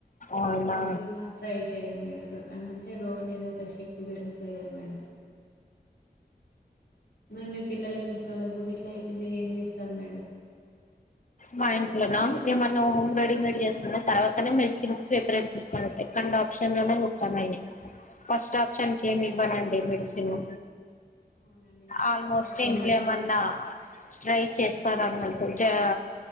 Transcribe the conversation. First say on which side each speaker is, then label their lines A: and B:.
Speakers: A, on the left; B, on the left.
A: అవునా
B: మీరు ఇలా ట్రై చేయండి మేడం. ఎంమంటే రోగ నిరోధక శక్తి పెరుగుతది కదా మేడం. మరి మీ పిల్లలకు జలుబు గిట్లా అయితే మీరు ఏం చేస్తరు మేడం.
A: మా ఇంట్లోనా? ఏమన్నా హోమ్ రెడీమేడ్ చేస్తుండే తర్వాత అనీ మెడిసిన్కి ప్రిఫరెన్స్ ఇస్తాను సెకండ్ ఆప్షన్లోనే చూస్తాన్నా ఇది. ఫస్ట్ ఆప్షన్కి ఏమి ఇవ్వనండి మెడిసిను.
B: అవునండి
A: ఆల్మోస్ట్
B: ఎందుకంటే ఎక్కువ
A: ఇంకేమన్నా
B: మే
A: ట్రై చేస్తారన్నటు జా